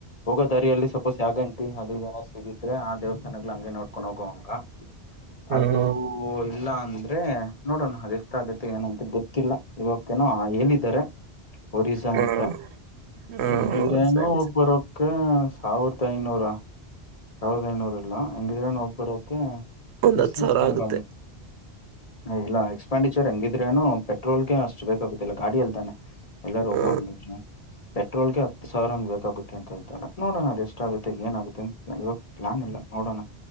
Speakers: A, on the left; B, on the right.
A: ಹೋಗೋ ದಾರಿಯಲ್ಲಿ ಸಪೋಸ್. ಜಾಗಂಟಿ ಅದ್ರ ನೋ ಸಿಗಿದ್ರೆ ಆ ದೇವಸ್ಥಾನಗಳಗಳು ಹಂಗೆ ನೋಡ್ಕೊಂಡು <unintelligible> ೊಂಡೋಗುವಂಗ
B: ಹ್ಮ್ ಹ್ಮ್
A: ಅದು ಇಲ್ಲ ಅಂದ ನೋಡೋಣ ಅದ ಎಷ್ಟ ಆಗತ್ತೆ ಏನಂತ ಗೊತ್ತಿಲ್ಲ ಇವಕ್ಕೇನೋ ಹೇಳಿದಿದ್ದಾರೆ ಒರಿಸಸಾ
B: ಹ್ಮ್
A: ಅಂತ
B: ಹ್ಮ್
A: ಹೆಂಗಿದ್ರನೂ
B: ಸರಿ
A: ಹೋಗ್
B: ಸರಿ
A: ಬರೋ ಸಾವಿರದ ಐನೂರ ಸಾವಿರದ ಐನೂರು ಇಲ್ಲ ಎಂಗ ದರ ನ ಒಬರೋಕ
B: ಒಂದ್
A: ಡಿಸ್ಟನ್
B: ಹತ್ ಸಾವಿರ
A: ತುಂಬ
B: ಆಗುತ್ತೆ
A: ಇಲ್ಲ ಎಕ್ಸ್ಪೆಂಡಿಚರ್ ಹೆಂಗಿದ್ರೇನು ಪೆಟ್ರೋಲ್ಗೆ ಅಷ್ಟು ಬೇಕಾಗುದಿಲ್ಲ ಗಾಡಿಿಯಲ್ ತಾನೆ ಎಲ್ಲಾ ಹೋಗ
B: ಹ
A: ಹಿದ್ರು ಪೆಟ್ರೋಲ್ಗೆ ಹತ್ತು ಸಾವಿರ ಹಂಗ ಬೇಕಾಗುತ್ತೆ ಅಂತ ಹೇಳ್ತಾರೆ ನೋಡೋಣ ಅದ ಎಷ್ಟಾಗಗುತ್ತೆ ಏನಾಗುತ್ತೆ ಅ ಇವಾಗ ನಾನ ಇಲ್ಲ ನೋಡೋಣ